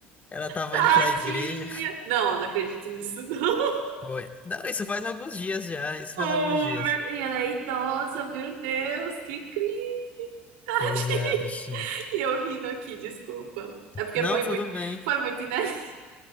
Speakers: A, on the left; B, on the right.
A: ela tava
B: Tadinha!
A: indo pra igreja.
B: Não, não acredito nisso, não. <laughs>
A: Foi. Não, isso faz alguns dias já, isso faz
B: Oh,
A: alguns dias.
B: meu... E ela é idosa, meu Deus, que cringe! <laughs>
A: Pois é, a bichinha.
B: E eu rindo aqui, desculpa. É porque
A: Não,
B: foi
A: tudo
B: muito,
A: bem.
B: foi muito inesperado.